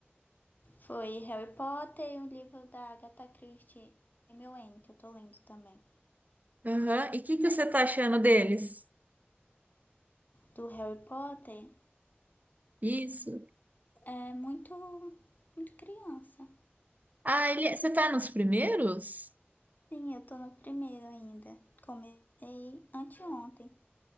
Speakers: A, on the left (about 45°); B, on the right (about 40°).
A: Foi Harry Potter e um livro da Agatha Christie, M O N que eu estou lendo também.
B: Aham. E o que que você tá achando deles?
A: Do Harry Potter,
B: Isso.
A: é muito, muito criança.
B: Ah, ele, é, você tá nos primeiros?
A: Sim, eu estou no primeiro ainda. Comecei anteontem.